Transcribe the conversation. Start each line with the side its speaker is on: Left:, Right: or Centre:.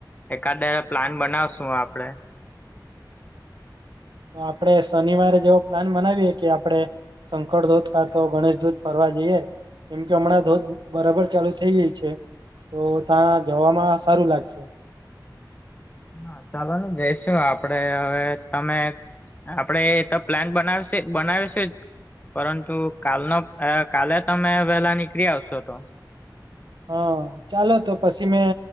Left: એકાદ પ્લાન બનાવશુ આપડે.
Right: તો આપડે શનિવારે જેવો પ્લાન બનાવીએ કે આપડે શંકર ધોધ કાતો ગણેશ ધોધ ફરવા જઈએ. કેમ કે હમણાં ધોધ બરાબર ચાલુ થઇ ગઈ છે. તો ત્યાં જવામાં સારું લાગશે.
Left: હા ચાલો ને જઈશું આપડે હવે તમે આપણેે એ તો પ્લાન બનાવશે બનાવીશું જ પરંતુ કાલનો અ કાલે તમે વેલા નીકળી આવશો તો.
Right: હા ચાલો તો પછી મેં